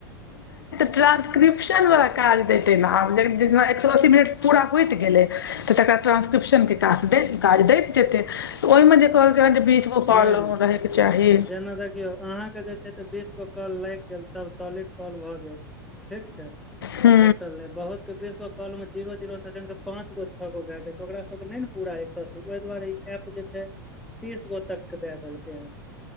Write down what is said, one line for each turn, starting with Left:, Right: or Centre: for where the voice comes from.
Left: ट्रानंसक्रिप्शन वाला काज दइतै न आब लिन जेना एक सौ अस्सी मिनट पूरा होइत गेले तऽ तकर ट्रांसक्रिप्शन के काज काज दैत जेतै त ओहिमेजे कहलकै हन जे बीस गो कौल
Centre: नहि
Left: रहैके चाही
Centre: हँ जेना देखियौ अहाँके जे छै से बीस गो कॉल लागि गेल सभ सॉलिट कॉल भऽ गेल ठीक छै
Left: हू
Centre: कटल बहुत के बीसगो काॅल मे जीरो जीरो सेकंड के पाँच गो छ गो भए गेले त ओकरा ओकर नय नऽ पूरा एक सौ अस्सी ओहि दुआरे ई ऐप जे छै तीस गो तक के दए देलकै हन